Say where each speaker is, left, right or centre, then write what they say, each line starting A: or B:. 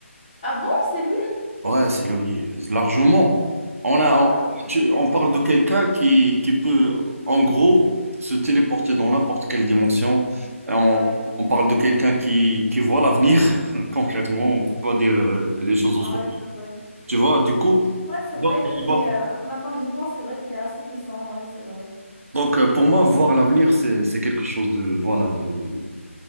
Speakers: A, on the left; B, on the right.
A: Ah bon, c'est lui?
B: Ouais, c'est Louis, largement. On a,
A: Hein
B: on, tu- on parle de quelqu'un qui, qui peut, en gros, se téléporter dans n'importe quelle dimension. Et On,
A: Ouais,
B: on parle de quelqu'un qui, qui voit l'avenir, <laughs> concrètement. On ne peut pas dire euh, les choses autrement.
A: ouais, c'est vrai.
B: Tu vois, du coup,
A: Ouais, c'est
B: il
A: vrai
B: va-
A: qu'il
B: il
A: est.
B: va-
A: euh, Maintenant que j'y pense, c'est vrai qu'il est assez puissant. Ouais, c'est vrai.
B: donc euh, pour moi, voir l'avenir, c'est, c'est quelque chose de, voilà, de,